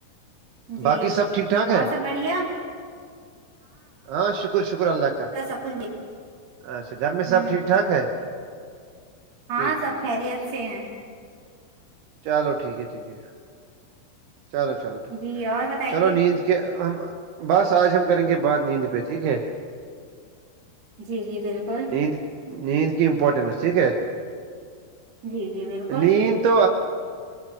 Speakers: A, on the right (about 40°); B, on the right (about 75°).
A: جی
B: باقی سب ٹھیک ٹھاک
A: اور
B: ہے
A: سب بڑھیا
B: ہاں شکر شکر اللہ کاا
A: سب کچھ
B: اچھا گھر میں
A: ہ
B: سب ٹھیک ٹھاک ہے ٹھیک
A: ہاں
B: ہے
A: سب
B: ٹھیک
A: خیریت
B: ہے
A: سے <unintelligible>
B: چلو ٹھیک ہے ٹھیک ہے چلو چلو ٹھیک
A: جی اور بتائیے
B: چلو نیند کہ ہم بس آج ہم کریں گے بات نیند پہ ٹھیک ہے
A: جی جی بالکل
B: نیند نیند کی امپورٹینس ٹھیک ہے
A: جی جی بالکل
B: نیند